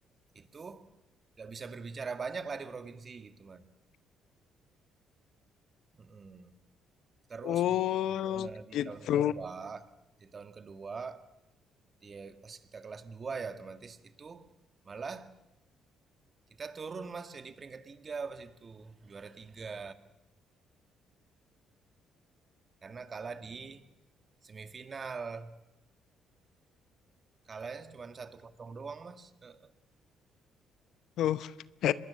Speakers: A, on the right (about 40°); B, on the left (about 70°).
A: itu nggak bisa berbicara banyak lah di provinsi gitu mas Mm-mm. terus
B: Oh,
A: di, ya, di
B: gitu.
A: tahun kedua di tahun kedua dia pas kita kelas 2 ya otomatis itu malah kita turun mas jadi peringkat tiga pas itu juara tiga karena kalah di semifinal kalahnya cuma satu kosong doang mas Eh,
B: Oh. <laughs>